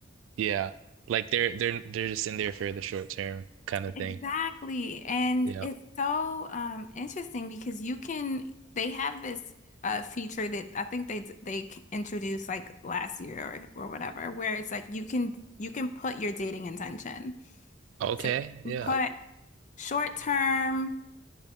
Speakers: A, on the right; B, on the left.
A: Yeah. Like they're they're they're just in there for the short term kind of
B: Exactly.
A: thing.
B: And
A: Yeah.
B: it's so um, interesting because you can, they have this uh, feature that I think they they introduced like last year or, or whatever, where it's like you can you can put your dating intention.
A: Okay.
B: So you
A: Yeah.
B: can put short term,